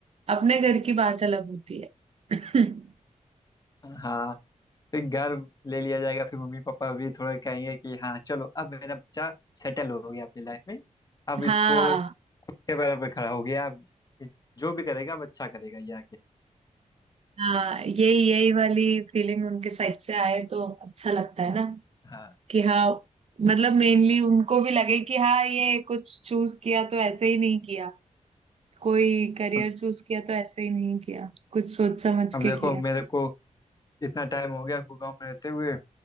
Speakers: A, on the right (about 50°); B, on the left (about 30°).
A: अपने घर की बात अलग होती है <clears throat>
B: हाँ फिर घर ले लिया जाएगा फिर मम्मी पापा भी थोड़ा कहेंगे कि हाँ चलो अब मेरा बच्चा सेटल हो गया अपनी लाइफ में अब
A: <laughs>
B: इसको
A: हाँ
B: के पैरों पे खड़ा हो गया अब जो भी करेगा अब अच्छा करेगा ये आगे
A: हाँ यही यही वाली फीलिंग उनके साइड से आए तो अच्छा लगता है ना
B: हाँ
A: कि हाँ मतलब मेनली उनको भी लगे कि हाँ ये कुछ चूज किया तो ऐसे ही नहीं किया कोई करियर
B: अब
A: चूज किया तो ऐसे ही नहीं किया कुछ सोच समझ
B: अब
A: के
B: देखो
A: किया
B: मेरे को इतना टाइम हो गया गाँव में रहते हुए